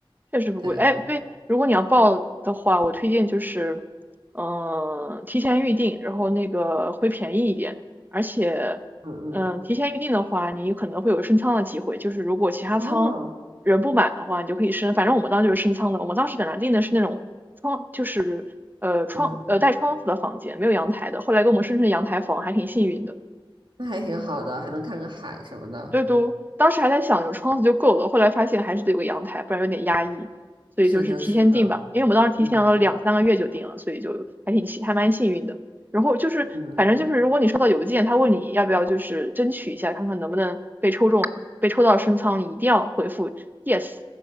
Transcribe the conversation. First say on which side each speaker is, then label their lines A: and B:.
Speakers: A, on the right; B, on the right.
A: 确实不贵。
B: 对，
A: 哎，对，如果你要报的话，我推荐就是，嗯、提前预定，然后那个会便宜一点，而且，
B: 嗯嗯，
A: 嗯、提前预定的话，你可能会有升仓的机会，就是如果其他仓人不满的话，
B: 哦，
A: 你就可以升。反正我们当时就是升仓的，我们当时本来订的是那种窗，就是呃窗呃带窗子的房间，
B: 嗯，
A: 没有阳台的，后来给我们升成阳台房，还挺幸运的。
B: 那还挺好的，还能看个海什么的。
A: 对都，当时还在想有窗子就够了，后来发现还是得有个阳台，不然有点压抑，所以就是提前订吧，
B: 是的，是的，
A: 因为我们当时提前了两三个月就订了，
B: 嗯
A: 所以就还挺幸，还蛮幸运的。然后就是，
B: 嗯
A: 反正就是，如果你收到邮件，他问你要不要就是争取一下，看看能不能被抽中，被抽到升仓，你一定要回复 yes，